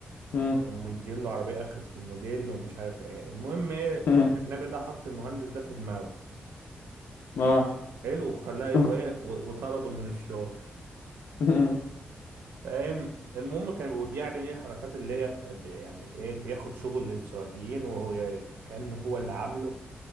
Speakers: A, on the left; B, on the right.
A: امم
B: ومدين له عربية آخر الموديل ومش عارف ايه المهم ايه
A: امم
B: الأجنبي ده حط المهندس ده في دماغه
A: اه
B: حلو وخلاه
A: <laughs>
B: وإيه، و- وطرده من الشغل
A: امم
B: فاهم المهم كان وبيعمل ايه حركات اللي هي ب- ب- يعني ايه بياخد شغل للسعوديين وهو ي- كأنه هو اللي عامله